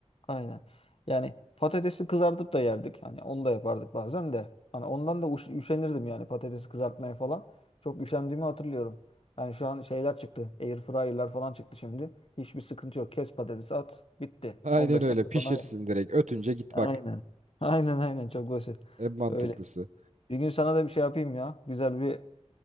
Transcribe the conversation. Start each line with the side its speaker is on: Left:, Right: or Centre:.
Left: Aynen. Yani patatesi kızartıp da yerdik. Hani onu da yapardık bazen de. Hani ondan da uş- üşenirdim yani patatesi kızartmaya falan. Çok üşendiğimi hatırlıyorum. Yani şu an şeyler çıktı. Air fryer'lar falan çıktı şimdi. Hiçbir sıkıntı yok. Kes patatesi at. Bitti.
Right: Aynen
Left: On beş
Right: öyle
Left: dakika
Right: pişirsin
Left: sonra.
Right: direkt ötünce git
Left: Aynen.
Right: bak.
Left: <laughs> Aynen aynen çok basit.
Right: En mantıklısı.
Left: Öyle. Bir gün sana da bir şey yapayım ya. Güzel bir